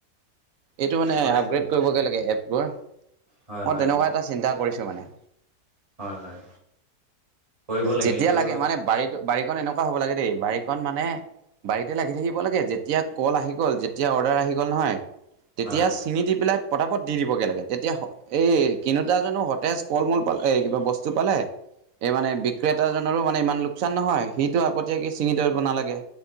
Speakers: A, on the right; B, on the right.
A: এইটো মানে
B: ওলাইছিলে
A: আপগ্ৰেড কৰিবগে লাগে এপবোৰ মই
B: হয় হয়
A: তেনেকুৱা
B: হয়
A: এটা চিন্তা কৰিছোঁ মানে
B: হয় হয় কৰিব লাগে
A: যেতিয়া
B: এইটো
A: মানে বাৰীটো বাৰীখন এনেকুৱা হ'ব লাগে দেই বাৰীখন মানে বাৰীতে লাগি থাকিব লাগে যেতিয়া কল আহি গ'ল যেতিয়া অৰ্ডাৰ আহি গ'ল নহয় তেতিয়া
B: হয়
A: কিনি দি পেলাই পতাপত দি দিবগে লাগে তেতিয়া এই কিনোতা জনো সতেজ পল মূল পাল এই কিবা বস্তু পালে এই মানে বিক্ৰেতাজনৰো মানে ইমান লোকচান নহয় সিটো আগতীয়াকে ছিঙি থব নালাগে